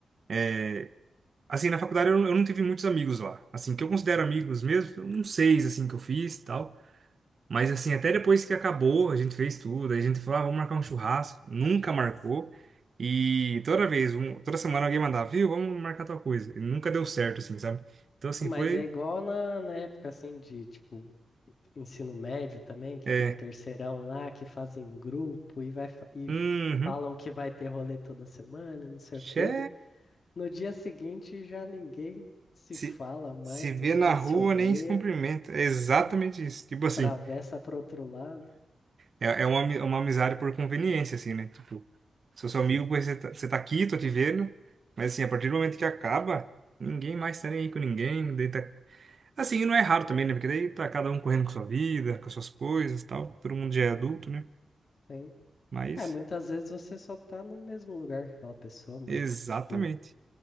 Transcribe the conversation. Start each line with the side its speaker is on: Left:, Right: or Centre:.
Right: É, assim, na faculdade eu, eu não tive muitos amigos lá. Assim, que eu considero amigos mesmo, uns seis, assim, que eu fiz e tal. Mas assim, até depois que acabou, a gente fez tudo, aí a gente falou, ah, vamos marcar um churrasco. Nunca marcou. E toda vez, um- toda semana alguém mandava, viu, vamos marcar tal coisa. E nunca deu certo, assim, sabe? Então assim,
Left: Mas
Right: foi.
Left: é igual na, na época assim de tipo ensino médio também, que
Right: é,
Left: tem o terceirão lá que fazem grupo e vai fa- e
Right: Uhum.
Left: falam que vai ter rolê toda semana, não sei o quê.
Right: Xé,
Left: No dia seguinte já ninguém se
Right: se,
Left: fala mais,
Right: se
Left: todo
Right: vê na
Left: mundo
Right: rua,
Left: se odeia,
Right: nem se cumprimenta. É exatamente isso. Tipo assim,
Left: atravessa pro outro lado.
Right: é, é uma, ami- uma amizade por conveniência, assim, né? Tipo, sou seu
Left: Sim,
Right: amigo, porque você tá, você tá aqui, tô te vendo. Mas assim, a partir do momento que acaba, ninguém mais tá nem aí com ninguém. Daí tá... Assim, e não é raro também, né? Porque daí tá cada um correndo com sua vida, com suas coisas e tal. Todo mundo já é adulto, né?
Left: sim.
Right: Mas,
Left: É, muitas vezes você só tá no mesmo lugar que aquela pessoa, mas
Right: exatamente.
Left: tipo